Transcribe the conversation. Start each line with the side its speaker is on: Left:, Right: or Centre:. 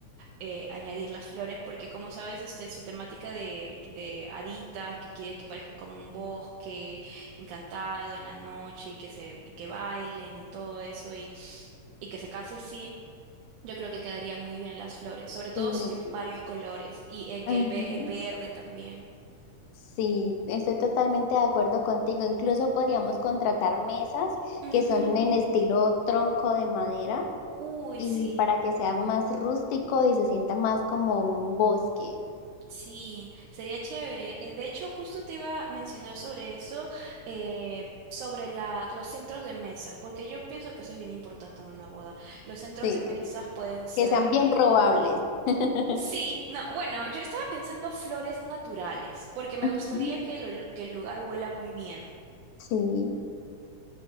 Right: eh, añadir las flores, porque como sabes, este, su temática de, de haditas, que quiere que parezca como un bosque encantado en la noche y que se, y que bailen y todo eso y, y que se case así. Yo creo que quedaría muy bien las flores, sobre todo
Left: sí,
Right: si tienen varios colores y eh, que
Left: ujú.
Right: el, ve- el verde también.
Left: Sí, estoy totalmente de acuerdo contigo. Incluso podríamos contratar mesas
Right: Ujú.
Left: que son en estilo tronco de madera
Right: Uy,
Left: y
Right: sí.
Left: para que sea más rústico y se sienta más como un bosque.
Right: Sí, sería chévere. Eh, de hecho, justo te iba a mencionar sobre eso, eh, sobre la, los centros de mesa, porque yo pienso que eso es bien importante en una boda. Los centros
Left: Sí,
Right: de mesas pueden ser...
Left: que sean bien
Right: eh,
Left: robables. <laughs>
Right: sí, no, bueno, yo estaba pensando flores naturales, porque me
Left: Ujú.
Right: gustaría que, lo- que el lugar huela muy bien.
Left: Sí,